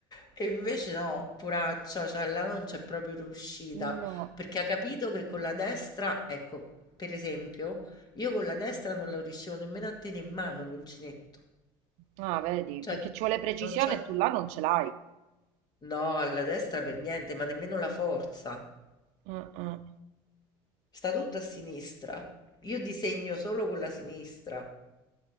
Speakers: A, on the left; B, on the right.
A: E invece no, puraccia, cioè là non c'è proprio riuscita,
B: no.
A: perché ha capito che con la destra, ecco, per esempio, io con la destra non la riuscivo nemmeno a tenere in mano l'uncinetto.
B: Ah, vedi,
A: Cioè,
B: perché ci vuole precisione
A: non c'è.
B: e tu là non ce l'hai.
A: No, alla destra per niente, ma nemmeno la forza.
B: Eh, eh.
A: Sta tutto a sinistra. Io disegno solo con la sinistra.